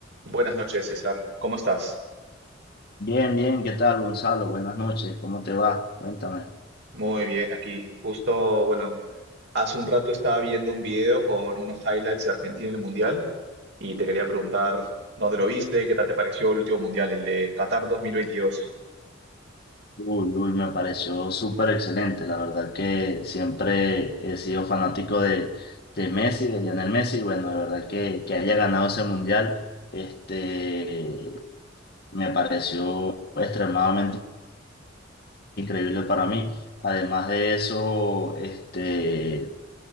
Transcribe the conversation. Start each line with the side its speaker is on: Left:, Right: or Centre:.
Right: Buenas noches, César. ¿Cómo estás?
Left: Bien, bien, ¿qué tal, Gonzalo? Buenas noches, ¿cómo te va? Cuéntame.
Right: Muy bien, aquí. Justo, bueno, hace un rato estaba viendo un video con unos highlights de Argentina en el Mundial y te quería preguntar dónde lo viste, qué tal te pareció el último Mundial, el de Qatar 2022.
Left: Uy, uy, me pareció súper excelente, la verdad que siempre he sido fanático de, de Messi, de Lionel Messi, y bueno, la verdad que, que haya ganado ese mundial, este, me pareció extremadamente increíble para mí. Además de eso, este,